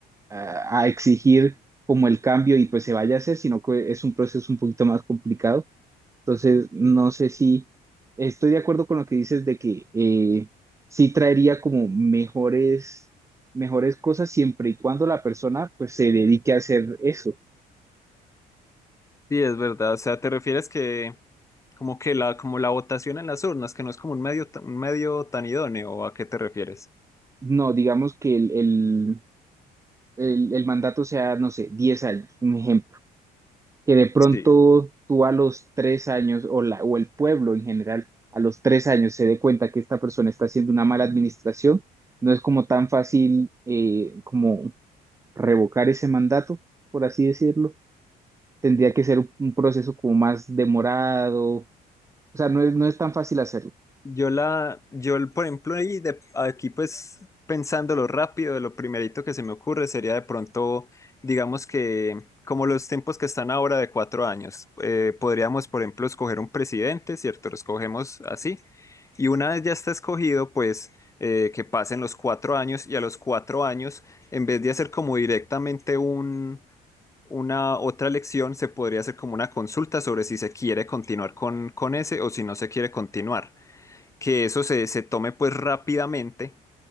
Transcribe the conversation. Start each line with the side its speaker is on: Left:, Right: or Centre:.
Right: ah, a exigir como el cambio y pues se vaya a hacer, sino que es un proceso un poquito más complicado. Entonces, no sé si estoy de acuerdo con lo que dices de que eh, sí traería como mejores, mejores cosas siempre y cuando la persona pues se dedique a hacer eso.
Left: Sí, es verdad. O sea, ¿te refieres que como que la, como la votación en las urnas, que no es como un medio, ta- un medio tan idóneo? ¿O a qué te refieres?
Right: No, digamos que el, el, el, el mandato sea, no sé, 10 años, un ejemplo que de pronto
Left: Sí.
Right: tú a los tres años o, la, o el pueblo en general a los tres años se dé cuenta que esta persona está haciendo una mala administración, no es como tan fácil eh, como revocar ese mandato, por así decirlo. Tendría que ser un proceso como más demorado, o sea, no es, no es tan fácil hacerlo.
Left: Yo la, yo el- por ejemplo, ahí de- aquí pues pensándolo rápido, lo primerito que se me ocurre sería de pronto, digamos que como los tiempos que están ahora de cuatro años, eh, podríamos, por ejemplo, escoger un presidente, ¿cierto? Lo escogemos así. Y una vez ya está escogido, pues eh, que pasen los cuatro años y a los cuatro años, en vez de hacer como directamente un, una otra elección, se podría hacer como una consulta sobre si se quiere continuar con, con ese o si no se quiere continuar que eso se, se tome pues rápidamente,